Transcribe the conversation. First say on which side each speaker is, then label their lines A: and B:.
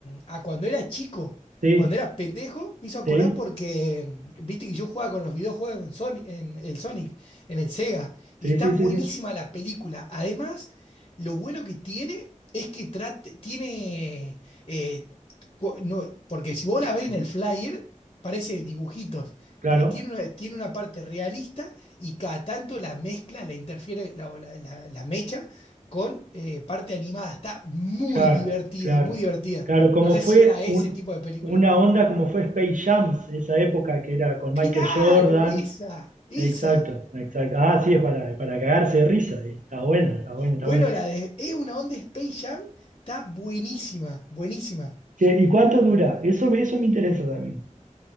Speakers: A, on the left (about 40°); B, on the right (about 75°).
A: a cuando era chico.
B: sí,
A: Cuando era pendejo, me hizo acordar
B: sí.
A: porque mm, viste que yo jugaba con los videojuegos en Sonic, en el Sonic, en el Sega, y
B: Sí,
A: está
B: sí,
A: buenísima
B: sí, sí.
A: la película. Además, lo bueno que tiene es que trate- tiene. eh, co- no- porque si vos la ves en el flyer, parece dibujitos,
B: Claro,
A: pero tiene una, tiene una parte realista y cada tanto la mezcla, la interfiere, la, la, la- la mecha con eh, parte animada. Está muy
B: claro,
A: divertida,
B: claro.
A: muy divertida.
B: Claro, como
A: No sé
B: fue
A: si era ese
B: un-
A: tipo de película.
B: una onda como fue Space Jam, esa época que era con
A: Claro,
B: Michael Jordan.
A: esa, esa.
B: Exacto, exacto. Ah, sí, es para, para cagarse de risa. eh. Está buena, está buena, está
A: Bueno,
B: buena.
A: la de Es una onda Space Jam está buenísima, buenísima.
B: Che, ¿y cuánto dura? Eso, eso me interesa también.